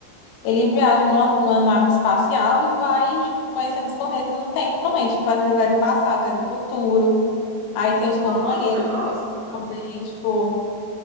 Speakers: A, on the left; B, on the right.
A: Ele viaja numa, numa nave espacial e vai, tipo, conhecendo os planetas no tempo também. Tipo, às vezes ele vai no passado, vai no futuro. Aí tem os companheiros
B: Nossa, eu gosto.
A: também, tipo,